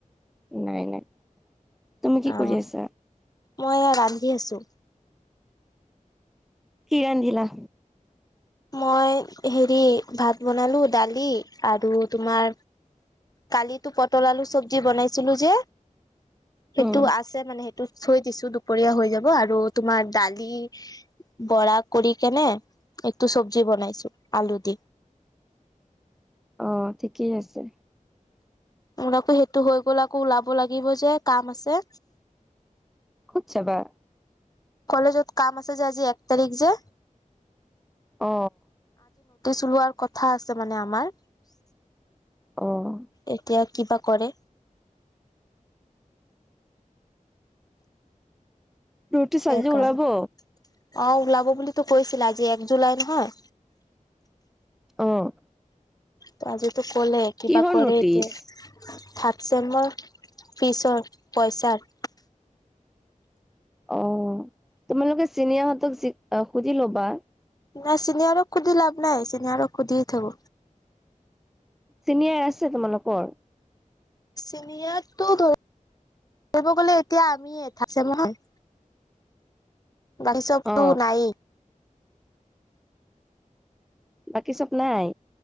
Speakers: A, in the centre; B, on the left.
A: নাই নাই তুমি কি
B: অ
A: কৰি আছা?
B: মই ৰান্ধি আছো।
A: কি ৰান্ধিলা
B: মই হেৰি ভাত বনালো দালি আৰু তোমাৰ কালিতো পটল, আলু চব্জি বনাইছিলো যে সেইটো
A: উম
B: আছে মানে সেই থৈ দিছো দুপৰীয়া হৈ যাব আৰু তোমাৰ দালি বৰা কৰি কেনে টো চব্জি বনাইছো আলু দি।
A: অ ঠিকেই আছে।
B: মোৰ আকৌ সেইটো হৈ গল আকৌ ওলাব লাগিব যে কাম আছে।
A: ক'ত জাবা?
B: কলেজত কাম আছে যে আজি এক তাৰিখ যে।
A: অ
B: চলোৱাৰ কথা আছে মানে আমাৰ।
A: অহ‌
B: এতিয়া কিবা কৰে।
A: ৰুটি
B: সেইকাৰণে
A: চাজি ওলাব।
B: অ ওলাব বুলিতো কৈছিলা আজি এক জুলাই নহয়।
A: অ
B: ত আজিতো ক'লে কিবা
A: কিহৰ
B: কৰে
A: নটিচ
B: এতিয়া থাক। চেমৰ ফিচৰ পইচাৰ।
A: অ তোমালোকে চিনিয়াহঁতক যি সুধি ল'বা।
B: নাই চিনিয়ৰক সুধি লাভ নাই চিনিয়ৰক সুধি থব।
A: চিনিয়াৰ আছে তোমালোকৰ।
B: চিনিয়াতটো ধৰি। ব গলে এতিয়া আমিয়ে থাতচেমৰ। বাকী চবতো
A: অ
B: নাই।
A: বাকী চব নাই।